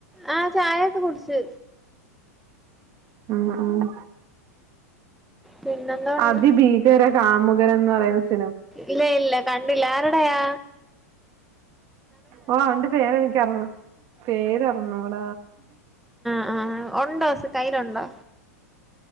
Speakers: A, in the centre; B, on the right (about 45°).
A: ആഹ് ചായൊക്ക കുടിച്
B: ഉം ഉം
A: പിന്നെന്താ ഉണ്ട്
B: അതിഭീകര കാമു ഇവര് എന്ന് പറയുന്നെ
A: ഇല്ല ഇല്ല കണ്ടില്ല ആരാടെയാ
B: ഓ ഓന്റെ പേര് എ <unintelligible> പേര് അറിഞ്ഞൂട
A: ആ ഒണ്ടോ സ് കയ്യിലൊണ്ടോ?